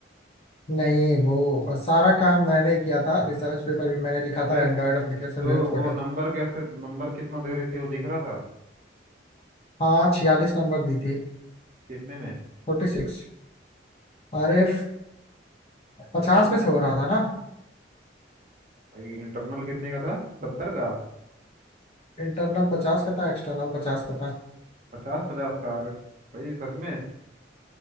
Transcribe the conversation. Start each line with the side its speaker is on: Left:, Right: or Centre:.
Left: नहीं वो और सारा काम मैंने ही किया था रिसर्च पेपर भी मैंने लिखा
Right: अरे
Left: था एंड्रॉयड एप्लीकेशन
Right: तो
Left: वेब पोर्टल
Right: वो नंबर कैसे नंबर कितना दे रही थी वो दिख रहा था
Left: हाँ छियालीस नंबर दी थी
Right: कितने में
Left: फोर्टी सिक्स अरे पचास
Right: कितने
Left: में से हो रहा था ना।
Right: भाई इंटरनल कितने का था सत्तर का
Left: इंटरनल पचास का था एक्सटर्नल पचास का था
Right: पचास पचास का अरे भाई सच में